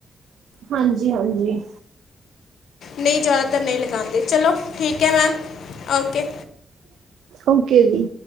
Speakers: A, on the right; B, on the left.
A: ਹਾਂਜੀ, ਹਾਂਜੀ
B: ਨਹੀਂ ਜਾਣਾ ਤਾਂ ਨਹੀਂ ਲਗਾਂਦੇ ਚਲੋ ਠੀਕ ਹੈ ਮੈਮ ਓਕੇ
A: ਓਕੇ ਜੀ